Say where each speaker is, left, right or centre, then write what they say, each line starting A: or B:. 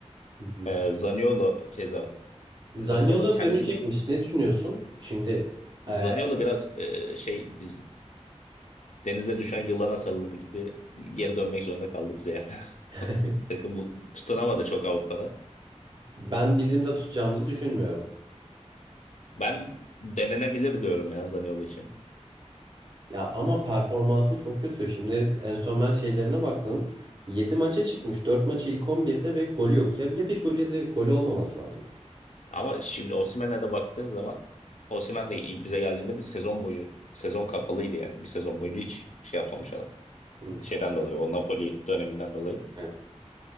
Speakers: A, on the right; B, on the left.
A: hı hı.
B: E, Zaniolo keza
A: Zaniolo
B: Zaniolo kendisi
A: dönecekmiş. Ne düşünüyorsun? Şimdi e,
B: Zaniolo biraz e, şey biz denize düşen yılana sarılır gibi geri dönmek zorunda kaldı bize yani.
A: <laughs>
B: <laughs> Takım bu- tutunamadı çok Avrupa'da.
A: ben bizim de tutacağımızı düşünmüyorum.
B: Ben denenebilir diyorum ya Zaniolo için.
A: Ya ama performansı çok kötü. Şimdi en son ben şeylerine baktım. 7 maça çıkmış. dört maç ilk 11'de ve golü yok. Ya, ya bir gol ya da golü olmaması lazım.
B: Ama şimdi Osimhen'e de baktığın zaman Osimhen de ilk bize geldiğinde bir sezon boyu sezon kapalıydı yani. Bir sezon boyunca hiç şey yapmamış adam.
A: Hı.
B: Şeyden dolayı o Napoli döneminden dolayı.
A: Evet.